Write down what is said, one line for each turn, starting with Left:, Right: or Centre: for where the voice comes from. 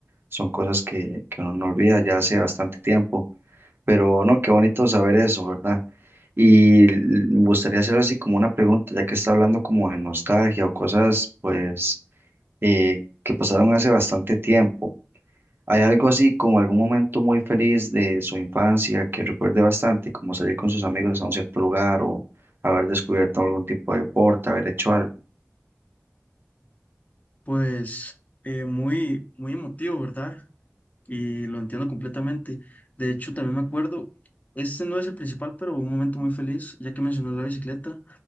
Right: Son cosas que, que uno no olvida ya hace bastante tiempo. Pero no, qué bonito saber eso, ¿verdad? Y l- me gustaría hacer así como una pregunta, ya que está hablando como de nostalgia o cosas, pues, eh, que pasaron hace bastante tiempo. ¿Hay algo así como algún momento muy feliz de su infancia que recuerde bastante, como salir con sus amigos a un cierto lugar o haber descubierto algún tipo de deporte, haber hecho algo?
Left: Pues eh, muy, muy emotivo, ¿verdad? Y lo entiendo completamente. De hecho, también me acuerdo, este no es el principal, pero un momento muy feliz, ya que mencionó la bicicleta.